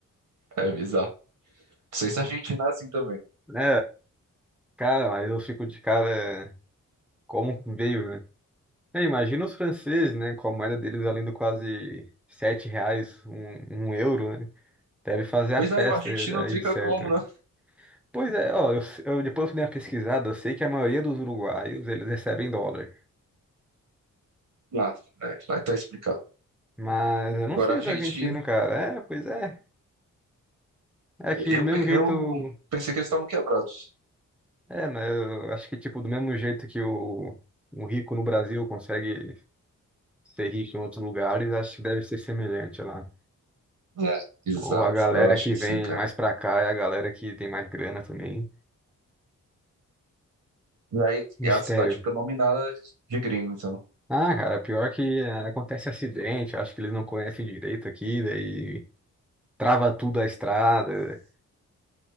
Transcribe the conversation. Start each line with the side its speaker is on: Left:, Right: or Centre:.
Right: é bizarro. Não sei se a Argentina é assim também.
Centre: Né? Cara, mas eu fico de cara como veio, né? É, imagina os franceses, né? Com a moeda deles valendo quase sete reais, um, um euro, né? Deve fazer a
Right: Pois
Centre: festa
Right: aí, o argentino
Centre: aí
Right: fica
Centre: de certo,
Right: como,
Centre: né?
Right: né?
Centre: Pois é, ó, eu, eu depois fui dar uma pesquisada, eu sei que a maioria dos uruguaios, eles recebem dólar.
Right: Ah, é, vai tá explicado.
Centre: Mas eu
Right: Agora,
Centre: não sei
Right: a Argentina,
Centre: do argentino, cara. É, pois é. É que
Right: eu,
Centre: do mesmo
Right: pe-
Centre: jeito...
Right: eu pensei que eles estavam quebrados.
Centre: É, né? Eu acho que, tipo, do mesmo jeito que o, um rico no Brasil consegue ser rico em outros lugares, acho que deve ser semelhante lá.
Right: É. Exato,
Centre: Ou a galera
Right: eu acho
Centre: que
Right: que
Centre: vem
Right: sim, cara.
Centre: mais pra cá é a galera que tem mais grana também.
Right: E aí,
Centre: Mistério.
Right: a cidade fica nominada de gringo, então.
Centre: Ah, cara, pior que ah, acontece acidente, acho que eles não conhecem direito aqui, daí trava tudo a estrada.